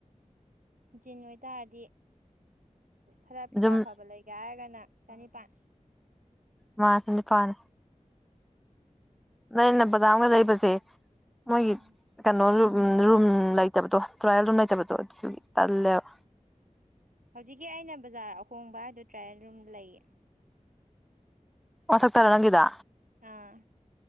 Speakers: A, on the right (about 90°); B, in the centre.
A: ꯖꯤꯟ ꯑꯣꯏꯇꯥꯔꯗꯤ ꯈꯔ ꯐꯤꯗꯥ
B: ꯑꯗꯨꯝ
A: ꯐꯕ ꯂꯩꯒꯦ ꯍꯥꯏꯔꯒꯅ ꯆꯅꯤꯄꯥꯥꯟ
B: ꯃꯥ ꯆꯅꯤꯄꯥꯟ ꯅꯩꯅ ꯕꯖꯥꯔ ꯑꯃꯒ ꯂꯩꯕꯁꯦ ꯃꯣꯏꯒꯤ
A: ꯎꯝ
B: ꯀꯩꯅꯣꯖꯨ ꯎ ꯔꯨꯝ ꯂꯩꯇꯕꯗꯣ ꯇ꯭ꯔꯥꯏꯌꯦꯜ ꯔꯨꯝ ꯂꯩꯇꯕꯗꯣ ꯑꯗꯨꯁꯨ ꯇꯜꯂꯦꯕ
A: ꯍꯧꯖꯤꯛꯀꯤ ꯑꯩꯅ ꯕꯖꯥꯔ ꯑꯍꯣꯡꯕ ꯍꯥꯏꯗꯣ ꯇ꯭ꯔꯥꯌꯦꯜ ꯔꯨꯝ ꯂꯩꯌꯦ
B: ꯃꯥꯊꯛ ꯇꯔ ꯅꯪꯒꯤꯗꯣ
A: ꯑꯥ